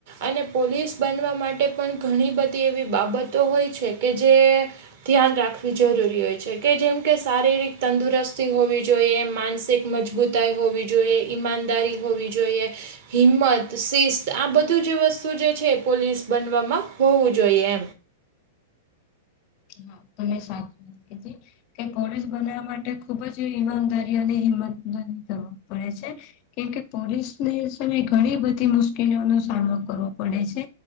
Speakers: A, on the right; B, on the left.
A: અને પોલીસ બનવા માટે પણ ઘણી બધી એવી બાબતો હોય છે કે જે ધ્યાન રાખવી જરૂરી હોય છે કે જેમ કે શારીરિક તંદુરસ્તી હોવી જોઈએ માનસિક મજબૂતાઈ હોવી જોઈએ ઈમાનદારી હોવી જોઈએ હિંમત શિસ્ત આ બધું જે વસ્તુ જે છે એ પોલીસ બનવામાં હોવું જોઈએ
B: હા તો મેં સાચ વાત કે પોલીસ બનાવવા માટે ખુબ જ ઈમાનદારી અને હિંમત કરવી પડે છે. કેમકે પોલીસને છે એ સમય ઘણી બધી મુશ્કેલીઓનો સામનો કરવો પડે છે.